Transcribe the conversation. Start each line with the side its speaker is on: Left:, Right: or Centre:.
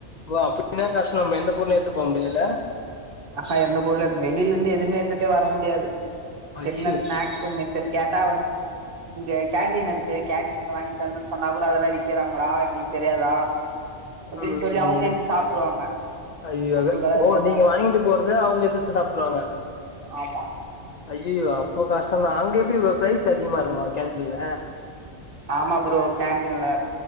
Left: ஓ அப்பின்னா கஷ்னம் எந்த பொர்ளு எத்துட்டு போ முடியல்ல
Right: அஹா எந்த பொர்ளு எத் வெளிலந்து எதுமே எத்துட்டே வர முடியாது
Left: ஐயய்யோ!
Right: சின்ன ஸ்நாக்ஸ் ஸு மிச்சர் கேட்டா வந் இங்க கேண்டீன் இருக்கு கேண்டீன் ல வாங்கிட் வந்தன் சொன்னா கூட அதல்லா விக்கிறாங்களா எங்ளுக் தெரியாதா அப்டின்
Left: ம், ம்,
Right: சொல்லி அவுங்க
Left: ம்.
Right: எத்து சாப்ட்ருவாங்க
Left: ஐயோ
Right: நம்பளுக்கெல்லா எதுமே
Left: ஓ நீங்க வாங்கிட்டு போறத அவுங்க எத்து சாப்ட்ருவாங்க
Right: ஆமா
Left: ஐயயோ அப்போ கஷ்டந்தா அங்க எப்டி ப்ரோ ப்ரைஸ் அதிகமா இருக்குமா கேண்டீன்ல
Right: ஆமா ப்ரோ கேன்டீன்ல